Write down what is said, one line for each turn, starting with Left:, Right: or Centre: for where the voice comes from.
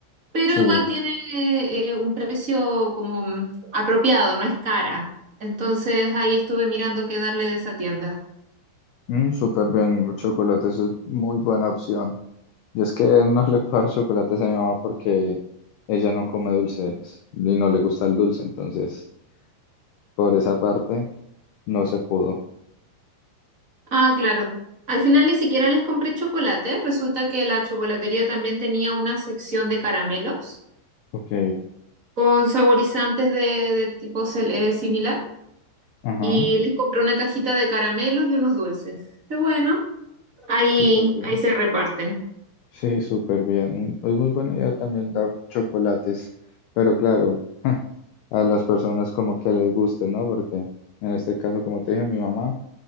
Right: pero
Left: Sí.
Right: igual tiene eh, un precio como mm, apropiado, no es cara. Entonces ahí estuve mirando qué darle de esa tienda.
Left: Mm, súper bien. Los chocolates es muy buena opción. Yo es que no le puedo dar chocolates a mi mamá porque ella no come dulces y no le gusta el dulce, entonces por esa parte no se pudo.
Right: Ah, claro. Al final ni siquiera les compré chocolate. Resulta que la chocolatería también tenía una sección de caramelos
Left: Ok,
Right: con saborizantes de, de tipo cel- eh, similar.
Left: ajá,
Right: Y les compré una cajita de caramelos y unos dulces. Qué bueno, ahí,
Left: súper bien.
Right: ahí se reparten.
Left: Sí, súper bien. Es muy buena idea también dar chocolates, pero claro, <laughs> a las personas como que les guste, ¿no? Porque en este caso, como te dije, mi mamá,